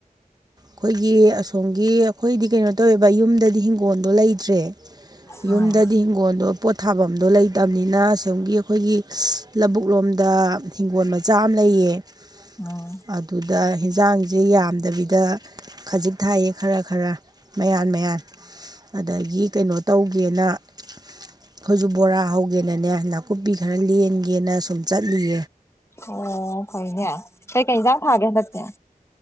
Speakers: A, on the right (about 25°); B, on the left (about 15°).
A: ꯈꯣꯏꯒꯦ ꯑꯁꯣꯝꯒꯦ ꯑꯩꯈꯣꯏꯗꯦ ꯀꯔꯤꯅꯣ ꯇꯥꯏꯕ ꯑꯁꯣꯃꯒꯦ ꯑꯦꯡꯈꯣꯜꯒꯤ ꯍꯤꯡꯒꯣꯜꯗꯣ ꯂꯩꯇ꯭ꯔꯦ
B: ꯎꯝ
A: ꯌꯨꯝꯗꯗꯤ ꯍꯤꯡꯒꯣꯜꯗꯣ ꯊꯥꯐꯝꯗꯣ ꯂꯩꯇꯕꯅꯤꯅ ꯑꯁꯣꯝꯒꯤ ꯑꯩꯈꯣꯏꯒꯤ ꯂꯧꯕꯨꯛ ꯂꯣꯝꯗ ꯍꯤꯡꯒꯣꯜ ꯃꯆꯥ ꯑꯃ ꯂꯩꯌꯦ
B: ꯎꯝ
A: ꯑꯗꯨꯗ ꯍꯟꯖꯥꯡꯁꯦ ꯌꯥꯝꯗꯕꯤꯗ ꯈꯖꯤꯛ ꯊꯥꯏꯌꯦ ꯈꯔ ꯈꯔ ꯃꯌꯥꯟ ꯃꯌꯥꯟ ꯑꯗꯒꯤ ꯀꯩꯅꯣ ꯇꯧꯒꯦꯅ ꯑꯩꯈꯣꯏꯁꯨ ꯕꯣꯔꯥ ꯍꯧꯒꯦꯅꯅꯦ ꯅꯥꯀꯨꯞꯄꯤ ꯈꯔ ꯂꯦꯟꯒꯦꯅ ꯁꯨꯝ ꯆꯠꯂꯤ
B: ꯑꯣ ꯐꯩꯅꯦ ꯀꯩ ꯀꯩꯖ ꯊꯥꯒꯦ ꯅꯠꯇꯌꯥ